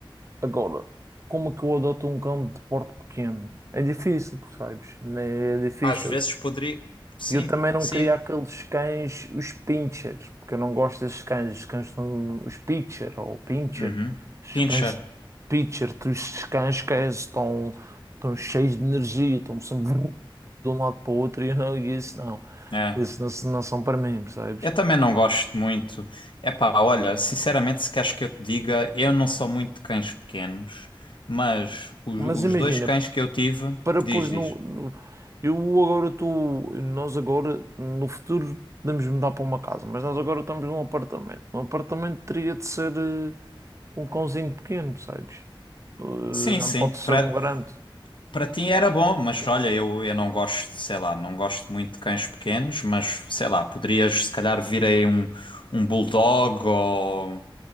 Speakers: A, on the right (about 35°); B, on the left (about 65°).
A: Agora, como é que eu adoto um cão de porte pequeno? É difícil, percebes? Né, É difícil,
B: Às vezes poderia. Sim,
A: E eu também não
B: sim.
A: queria aqueles cães, os pincher, porque eu não gosto desses cães, os cães, não- os pitcher ou pincher,
B: Uhum.
A: os
B: Pinscher.
A: cães pitcher, os cães que estão, estão cheios de energia, estão sempre <laughs> vrum, de um lado para o outro e eu não, e isso não,
B: É,
A: isso não, não são para mim, percebes?
B: eu também não gosto muito. Epá, olha, sinceramente, se queres que eu te diga, eu não sou muito de cães pequenos, mas os,
A: Mas
B: os
A: imagina,
B: dois cães que eu tive,
A: para
B: diz,
A: pôs no,
B: diz.
A: no- eu agora estou, nós agora, no futuro, podemos mudar para uma casa, mas nós agora estamos num apartamento. Um apartamento teria de ser. eh, um cãozinho pequeno, percebes? Uh,
B: Sim,
A: não
B: sim,
A: pode ser
B: para
A: um grande.
B: para ti era bom, mas olha, eu, eu não gosto, sei lá, não gosto muito de cães pequenos, mas sei lá, poderias se calhar vir aí um, um bulldog ou.